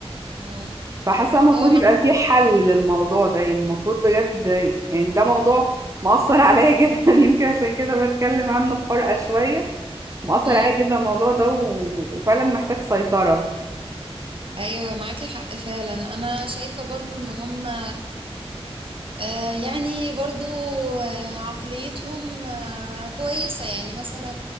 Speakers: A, on the right; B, on the right.
A: اه
B: فحاسة المفروض
A: هو
B: يبقى
A: مع
B: في حل للموضوع ده يعني المفروض بجد يعني ده موضوع مؤثر عليا <laughs> جدا يمكن عشان كده بتكلم عنه بحرقة شوية مؤثر
A: مم.
B: عليا جدا الموضوع ده و... وفعلا محتاج سيطرة
A: ايوه معاكي حق فعلا انا شايفة برضو ان هما آه، يعني برضو آه، عقليتهم آه، كويسة يعني مثلا